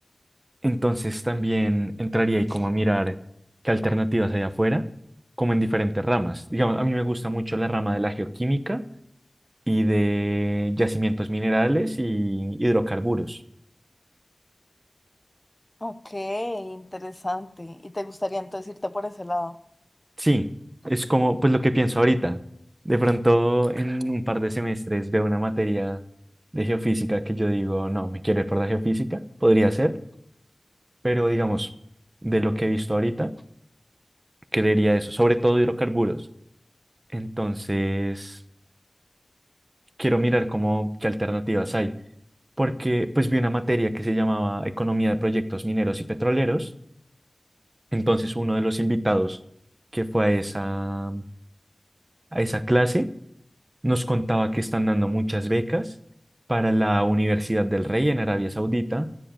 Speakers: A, on the right; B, on the left.
A: Entonces, también entraría ahí como a mirar qué alternativas hay afuera, como en diferentes ramas. Digamos, a mí me gusta mucho la rama de la geoquímica y de yacimientos minerales y hidrocarburos.
B: Ok, interesante. ¿Y te gustaría entonces irte por ese lado?
A: Sí, es como pues lo que pienso ahorita. De pronto en un par de semestres veo una materia de geofísica que yo digo, no, me quiero ir por la geofísica, podría ser, pero digamos, de lo que he visto ahorita, creería eso, sobre todo hidrocarburos. Entonces, quiero mirar cómo, qué alternativas hay, porque pues vi una materia que se llamaba Economía de Proyectos Mineros y Petroleros. Entonces, uno de los invitados que fue a esa, a esa clase nos contaba que están dando muchas becas para la Universidad del Rey en Arabia Saudita